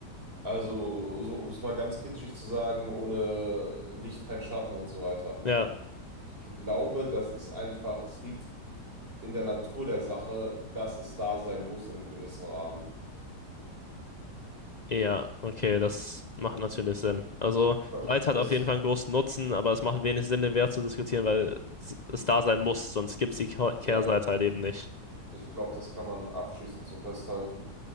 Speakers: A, on the right; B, on the left.
A: Also, so, um es mal ganz kitschig zu sagen, ohne Licht kein Schatten und so weiter.
B: ja,
A: Ich glaube, das ist einfach, es liegt in der Natur der Sache, dass es da sein muss in einem gewissen Rahmen.
B: ja, okay, das macht natürlich Sinn. Also
A: Ich glaube,
B: Leid hat
A: das,
B: auf jeden Fall einen großen Nutzen, aber es macht wenig Sinn, den Wert zu diskutieren, weil es es da sein muss, sonst gibt es die Kehr- Kehrseite
A: ja,
B: halt eben nicht.
A: ich glaube, das kann man abschließend so festhalten.